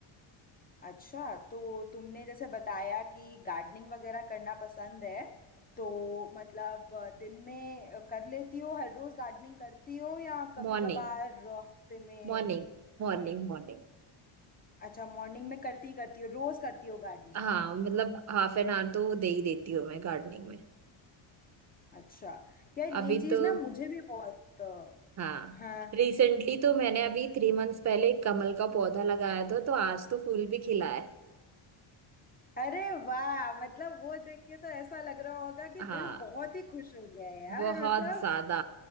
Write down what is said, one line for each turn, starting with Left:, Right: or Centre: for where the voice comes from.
Left: अच्छा तो तुमने जैसे बताया कि गार्डनिंग वगैरह करना पसंद है तो मतलब अ, दिन में अ, कर लेती हो हर रोज गार्डनिंग करती हो या कभी
Right: Morning
Left: कभार हफ्ते में
Right: morning morning morning
Left: अच्छा मॉर्निंग में करती ही करती हो रोज करती हो गार्डनिंग
Right: हाँ मतलब हाफ एन आवर तो दे ही देती हूँ मैं गार्डनिंग में
Left: अच्छा यार
Right: अभी
Left: ये चीज
Right: तो
Left: ना मुझे भी बहुत अ,
Right: हाँ
Left: हाँ
Right: रिसेंटली तो मैंने अभी थ्री मंथ्स पहले एक कमल का पौधा लगाया था तो आज तो फूल भी खिला है
Left: अरे वाह मतलब वो देख के तो ऐसा लग रहा होगा कि
Right: हाँ
Left: दिल बहुत ही खुश हो गया है यार
Right: बहुत
Left: मतलब
Right: ज्यादा